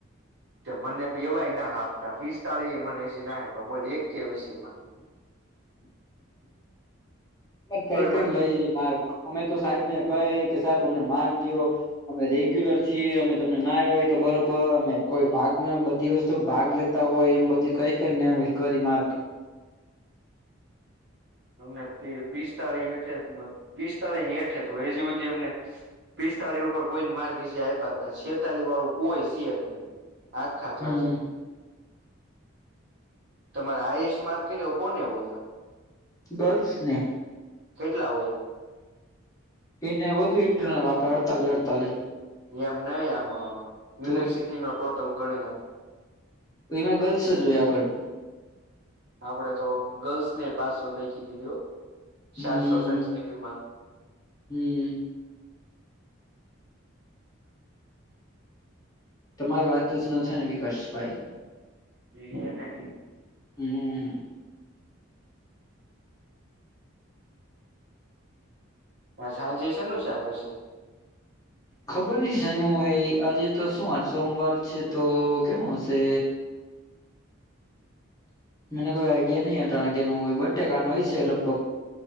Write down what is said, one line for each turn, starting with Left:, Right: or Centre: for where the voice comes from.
Right: મને તો એવાય ના હાપતા પીસ્તાળીયે મને હજી ના અપાય બોલ એક કે વિષયમાં <inaudible>
Left: કઈ
Right: એમાં
Left: કઈ ને લઈએ માર્ક અમે તો સાયેબને કઇ કે સાયેબ અમને માર્ક દીયો અમે રેગ્યુલર છીએ અમે તમને ના આયવા હોય તો બરોબર અમે કોઈ ભાગન બધી વસ્તુ ભાગ લે તા હોય એમ બધું કઈ કઈ કરી માર્ક
Right: અમને પિસ્તાળી એઠ ત પિસ્તાળી ની એઠે તો એજુ હુદિ અમને- પિસ્તાળી ઉપર કોઈને માર્ગ હજી આયપા જ નહિ છેતાલી વાળું કોઈ સેજ નઇ આખા ક્લાસમાં
Left: હમ
Right: તમારે હાઈએસ માર્ક કર કોને ઓલા
Left: ગર્લ્સ ને
Right: કેટલા હોયે
Left: એને વધુ ઇન્ટરનલ આપે અડતાલી અડતાલી
Right: એમ નઈ આમ યુનિવર્સિટીનો
Left: તો
Right: ટોટલ ગણી ને
Left: એમાં ગર્લ્સ જ હોય આગળ
Right: આપડે તો ગર્લ્સ ને પાસો મેખી દીધું હો
Left: હમ
Right: ચારસો સત્યાવીસ માં
Left: હમ તમારી વાત જ ન થાય ને વિકાસભાઈ
Right: હેને
Left: હમ
Right: સાંજે શેનું શાક હસે
Left: ખબર નઇ સેનું એ આજે તો શું વાર સોમવાર છે તો કેનું હશે? મને કોઈ આઈડિયા નહીં અત્યારે કે નું હોય બટેકાનું હોય છે લગભગ